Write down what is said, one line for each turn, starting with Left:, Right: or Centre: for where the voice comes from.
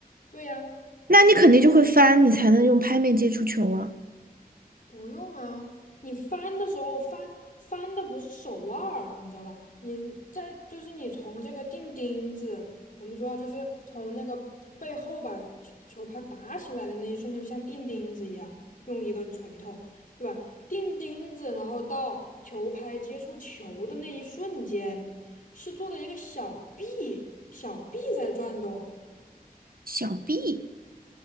Left: 对呀、
Right: 那你肯定就会翻，你才能用拍面接触球啊。
Left: 不用啊，你翻的时候翻翻的不是手腕儿，你知道吧？你在就是你从这个钉钉子，我们说就是从那个背后把球球拍拔起来的那一瞬间，就像钉钉子一样，用一个锤头，对吧？钉钉子，然后到球拍接触球的那一瞬间，是做的一个小臂，小臂在转动，
Right: 小臂，